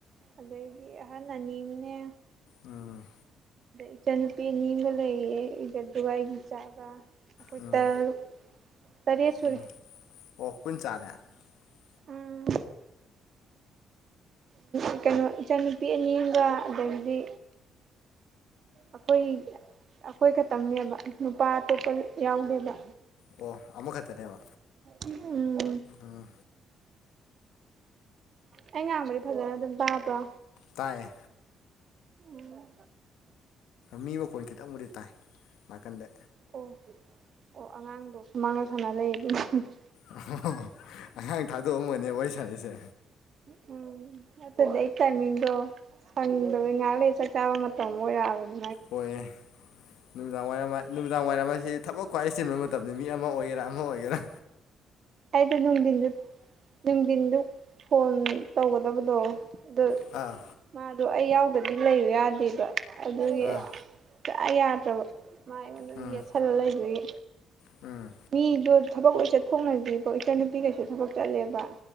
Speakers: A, on the right; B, on the left.
A: ꯑꯗꯒꯤ ꯑꯍꯟ ꯑꯅꯤꯝꯅꯦ
B: ꯎꯝ
A: ꯏꯆꯟꯅꯨꯄꯤ ꯑꯅꯤꯝꯒ ꯂꯩꯌꯦ ꯑꯩꯒ ꯑꯗꯨꯒ ꯑꯩꯒꯤ ꯏꯆꯥꯒ ꯑꯈꯣꯏ
B: ꯎꯝ
A: ꯇꯔꯨꯛ ꯇꯔꯦꯠ ꯁꯨꯔꯦ
B: ꯎꯝ ꯑꯣ <unintelligible>
A: ꯑꯝ ꯎ ꯀꯩꯅꯣ ꯏꯆꯟ ꯅꯨꯨꯄꯤ ꯑꯅꯤꯝꯒ ꯑꯗꯒꯤꯗꯤ ꯑꯈꯣꯏ ꯑꯈꯣꯏ ꯈꯠꯇꯪꯅꯦꯕ ꯅꯨꯄꯥ ꯑꯇꯣꯞꯄ ꯌꯥꯎꯗꯦꯕ
B: ꯑꯣ ꯑꯃꯈꯠꯇꯅꯦꯕ
A: ꯎꯝ
B: ꯎꯝ
A: ꯑꯩ ꯉꯥꯡꯕꯗꯤ ꯐꯖꯅ ꯑꯗꯨꯝ ꯇꯥꯕ꯭ꯔꯣ
B: ꯇꯥꯏꯌꯦ
A: ꯎꯝ
B: ꯃꯤ ꯃꯈꯣꯟ ꯈꯤꯇꯪꯕꯨꯗꯤ ꯇꯥꯏ ꯅꯥꯀꯟꯗ
A: ꯑꯣ ꯑꯣ ꯑꯉꯥꯡꯗꯣ ꯁꯨꯃꯥꯡꯅ ꯁꯥꯅ ꯂꯩ ꯑꯗꯨ <unintelligible>
B: <unintelligible> ꯑꯉꯥꯡ ꯊꯥꯗꯣꯛꯑꯝꯃꯅꯦ ꯋꯥꯔꯤ ꯁꯥꯅꯩꯁꯦ
A: ꯎꯝ ꯑꯗꯨꯗꯤ ꯑꯩ ꯇꯥꯏꯃꯤꯡꯗꯣ ꯁꯪꯗꯕ ꯉꯥꯛ ꯂꯩꯔ ꯆꯥꯛ ꯆꯥꯕ ꯃꯇꯝ ꯑꯣꯏꯔꯛꯑꯕꯅꯦ
B: ꯑꯣꯏꯑꯦꯅꯨꯃꯤꯗꯥꯡ ꯋꯥꯏꯔꯝ ꯅꯨꯃꯤꯗꯥꯡ ꯋꯥꯏꯔꯝ ꯍꯥꯢꯁꯦ ꯊꯕꯛ ꯈ꯭ꯋꯥꯏ ꯆꯤꯟꯕ ꯃꯇꯝꯅꯦ ꯃꯤ ꯑꯃ ꯑꯣꯏꯒꯦꯔꯥ ꯑꯃ ꯑꯣꯏꯒꯦꯔꯥ
A: ꯑꯩꯗꯨ ꯅꯨꯡꯊꯤꯟꯗꯨ ꯅꯨꯡꯊꯤꯟꯗꯨ ꯐꯣꯟ ꯇꯧꯒꯗꯕꯗꯣ ꯑꯗꯣ
B: ꯑꯥ
A: ꯃꯥꯗꯣ ꯑꯩ ꯌꯥꯎꯗꯗꯤ ꯂꯩꯌꯨ ꯌꯥꯗꯦꯕ ꯑꯗꯨꯒꯤ
B: ꯑꯥ
A: ꯁꯨꯛꯌꯥ ꯌꯥꯗ꯭ꯔꯕ ꯃꯥ ꯑꯩꯉꯣꯟꯗ ꯑꯗꯨꯝ
B: ꯎꯝ
A: ꯌꯦꯠꯁꯜꯂ ꯂꯩꯕꯒꯤ
B: ꯎꯝ
A: ꯃꯤꯗꯣ ꯊꯕꯛ ꯂꯣꯏ ꯆꯠꯊꯣꯛꯅꯒꯤꯕ ꯏꯆꯟ ꯅꯨꯨꯄꯤꯒꯩꯁꯨ ꯊꯕꯛ ꯆꯠꯂꯦꯕ